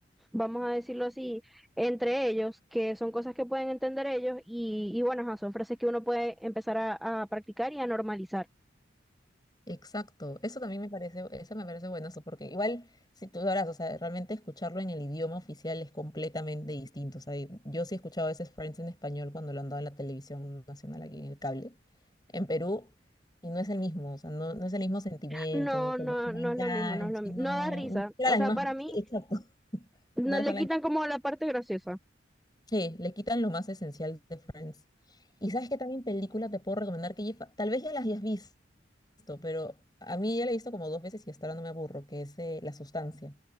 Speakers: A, in the centre; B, on the left.
A: vamos a decirlo así, entre ellos, que son cosas que pueden entender ellos y, y bueno, ajá, son frases que uno puede empezar a, a practicar y a normalizar.
B: Exacto. Eso también me parece, eso me parece buenazo, porque igual, si tú sabrás, o sea, realmente escucharlo en el idioma oficial es completamente distinto. O sea, yo sí he escuchado a veces Friends en español cuando lo han dado en la televisión nacional aquí en el cable, en Perú, y no es el mismo, o sea, no, no es el mismo sentimiento,
A: No,
B: no es
A: no,
B: el mismo
A: no
B: enganche,
A: es lo mismo, no es lo mi-
B: no,
A: No da risa.
B: no son las
A: O sea,
B: mismas,
A: para
B: <laughs>
A: mí
B: exacto, no
A: No le
B: son
A: quitan
B: las
A: como la parte graciosa.
B: Sí, le quitan lo más esencial de Friends. Y sabes que también película te puedo recomendar que ya- tal vez ya las hayas visto, pero a mí ya la he visto como dos veces y hasta ahora no me aburro, que es eh, La Sustancia.